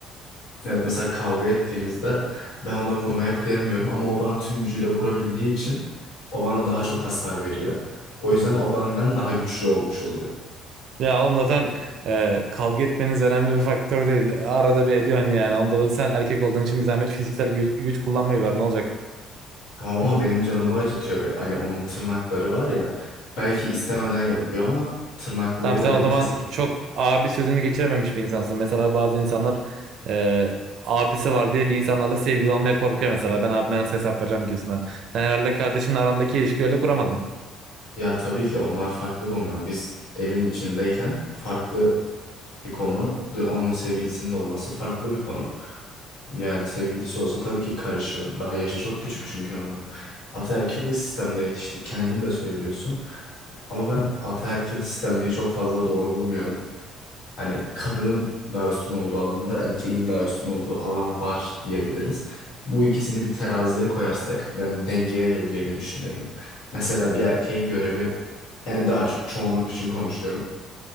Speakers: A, on the left; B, on the right.
A: Evet mesela kavga ettiğimizde ben ona vurmaya kıyamıyorum ama o bana tüm gücüyle vurabildiği için o bana daha çok hasar veriyor. O yüzden o benden daha güçlü olmuş oluyor.
B: Ya oğlum zaten e, kavga etmeniz önemli bir faktör değil. Arada bir ediyorsun yani. Onda da sen erkek olduğun için bir zahmet fiziksel güç, güç kullanmayı var. Ne olacak?
A: Tamam ama benim canımı acıtıyor be. Hani onun tırnakları var ya belki istemeden yapıyor ama tırnaklarıyla
B: Tamam sen
A: beni
B: o zaman
A: kesebilir.
B: çok abi sözünü geçirememiş bir insansın. Mesela bazı insanlar e, abisi var diye bir insanlarla sevgili olmaya korkuyor mesela. Ben abime nasıl hesap vereceğim gibisinden. Sen herhalde kardeşinle arandaki ilişkiyi öyle kuramadın.
A: Ya tabii ki onlar farklı onlar. Biz evin içindeyken farklı bir konu. de- Onun sevgilisinin de olması farklı bir konu. Yani sevgilisi olsa tabii ki karışırım. Daha yaşı çok küçük çünkü onun. Ataerkil bir sistemde yetiştik. Kendin de söylüyorsun. Ama ben ataerkil sistemliği çok fazla doğru bulmuyorum. Hani kadının daha üstün olduğu alan var, erkeğin daha üstün olduğu alan var diyebiliriz. Bu ikisini bir teraziye koyarsak ben dengeye geleceğini düşünüyorum. Mesela bir erkeğin görevi, yani daha çok çoğunluk için konuşuyorum